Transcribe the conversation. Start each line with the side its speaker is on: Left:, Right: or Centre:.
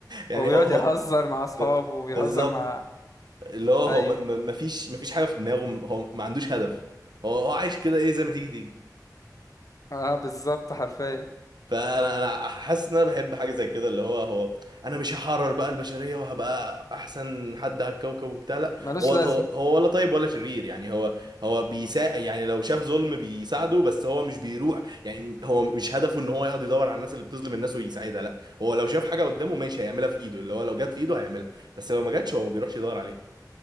Right: يعني
Left: وبيقعد
Right: هو هو
Left: يهزر مع اصحابه
Right: ب-
Left: وبيهزر
Right: بالظبط
Left: مع
Right: اللي هو
Left: اي
Right: هو ما ما- ما فيش ما فيش حاجه في دماغه هو ما عندوش هدف هو هو عايش كده ايه زي ما تيجي تيجي
Left: اه بالظبط حرفيا
Right: فانا انا حاسس ان انا بحب حاجه زي كده اللي هو هو انا مش هحرر بقى البشريه وهبقى احسن حد على الكوكب وبتاع لا
Left: ملوش
Right: هو هو
Left: لازمة
Right: هو ولا طيب ولا شرير يعني هو هو بيساعد يعني لو شاف ظلم بيساعده بس هو مش بيروح يعني هو مش هدفه ان هو يقعد يدور على الناس اللي بتظلم الناس ويساعدها لا هو لو شاف حاجه قدامه ماشي هيعملها في ايده اللي هو لو جت في ايده هيعملها بس لو ما جاتش هو ما بيروحش يدور عليها